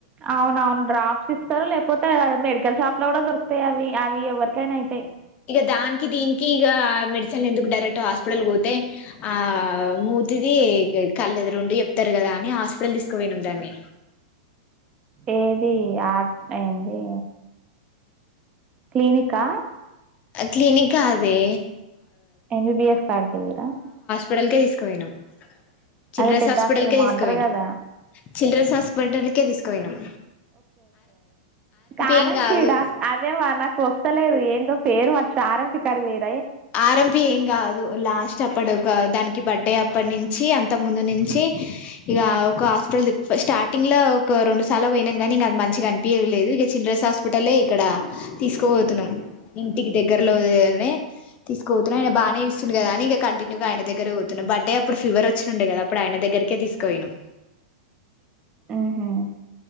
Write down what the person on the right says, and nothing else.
అవునవున్ డ్రాప్స్ ఇస్తార లేక్పోతే ఆ మేడ్ కెల్ షాప్లో గూడా దొరుక్తాయ్ అవి అవి ఎవరికైనా ఐతయ్
ఏది ఆక్ ఏన్ది క్లీనిక్ ఆ
ఎం బి బి ఎస్ కాడికే పోయిర్రా
అదే పెద్ద
ఏమో
అంటారు కదా
కారం
పీడ అదే మనక్ పోస్తలేదు ఏన్దో పేరు మర్చ్ సార్ ఇంటికాడికి వోయిరి
ఉహుమ్